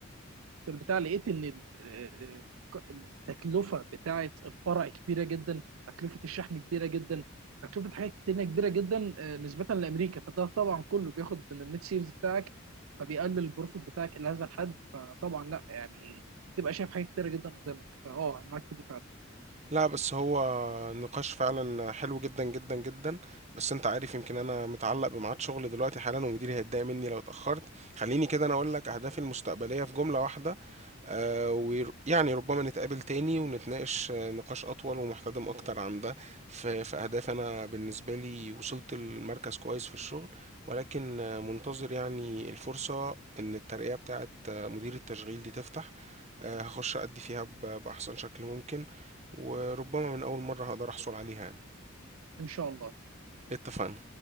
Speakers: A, on the right; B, on the right.
A: في البتاع لقيت ان ال- ال- التكلفه بتاعه الفرع كبيره جدا تكلفه الشحن كبيره جدا تكلفه حاجات تانية كبيره جدا آه، نسبه لامريكا فده طبعا كله بياخد من النت سيرز بتاعك فبيقلل البروفيت بتاعك الى هذا الحد فطبعا لا يعني تبقى شايف حاجات كتيره جدا قدامك فاه انا معاك في دي فعلا
B: لا بس هو نقاش فعلا حلو جدا جدا جدا بس انت عارف يمكن انا متعلق بميعاد شغل دلوقتي حالا ومديري هيتضايق مني لو اتأخرت خليني كده انا اقول لك اهدافي المستقبلية في جملة واحدة آه ويعني ربما نتقابل تاني ونتناقش آه، نقاش اطول ومحتدم اكتر عن ده في, في اهداف انا بالنسبة لي وصلت المركز كويس في الشغل ولكن آه، منتظر يعني الفرصة ان الترقية بتاعت آه، مدير التشغيل دي تفتح آه، هخش أدي فيها ب- بأحسن شكل ممكن وربما من أول مرة هقدر أحصل عليها يعني
A: ان شاء الله
B: اتفقنا